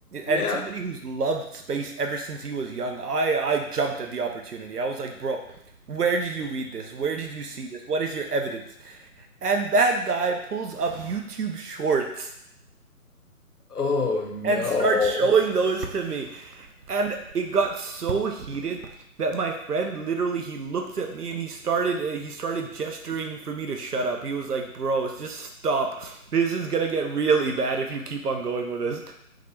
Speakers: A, on the left; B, on the right.
A: Yeah.
B: and somebody who's loved space ever since he was young, I, I jumped at the opportunity. I was like, bro, where did you read this? Where did you see this? What is your evidence? And that guy pulls up YouTube shorts
A: Oh no.
B: and start showing those to me. And it got so heated that my friend literally he looked at me and he started uh, he started gesturing for me to shut up. He was like, "Bro, just stop. This is going to get really bad if you keep on going with this."